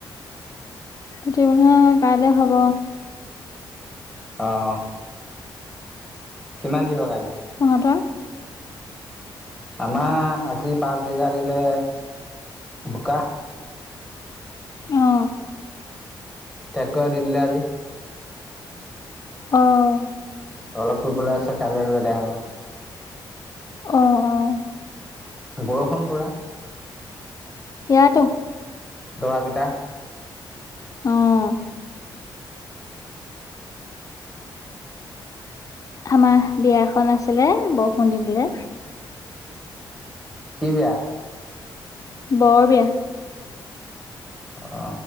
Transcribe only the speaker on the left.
খেতি মানে, কাইলে হ'ব।
তহঁতৰ?
অ',
অ'।
অ', অ'।
ইয়াতো।
অ'। আমাৰ বিয়া এখন আছিলে বৰষুণ দি দিলে।
বৰ বিয়া।